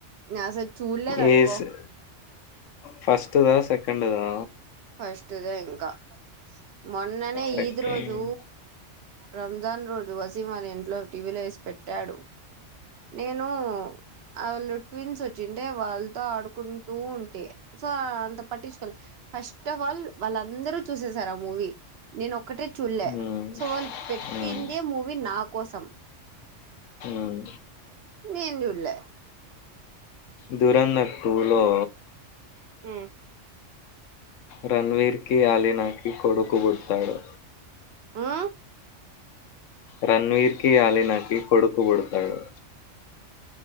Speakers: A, on the right (about 65°); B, on the left (about 85°).
A: నేను అసలు చూడలేదనుకో
B: ఏ సి ఫస్ట్దా సెకండ్దా
A: ఫస్ట్దే ఇంకా మొన్ననే
B: సెకండ్
A: ఈది రోజు రంజాన్ రోజు వసీం అనే ఇంట్లో టీవీలో వేసి పెట్టాడు నేను వాళ్ళు ట్విన్స్ వచ్చింటే వాళ్ళతో ఆడుకుంటూ ఉంటే సో అంత పట్టించుకోళ ఫస్ట్ ఆఫ్ ఆల్ వాళ్ళందరుూ చూసే సారు ఆ మూవీ నేను ఒక్కటే చూడలే
B: ఉమ్
A: సో వాళ్ళు పెట్టిందే
B: ఉమ్
A: మూవీ నా కోసం
B: ఉమ్
A: నేను చూడలే
B: దురంధ టు లో
A: ఉమ్
B: రణవీర్ కి ఆలీనాకిి కొడుకు పుట్టాడు
A: ఆ
B: రన్వీర్ కి ఆలీనాకి కొడుకు పుడుతాడు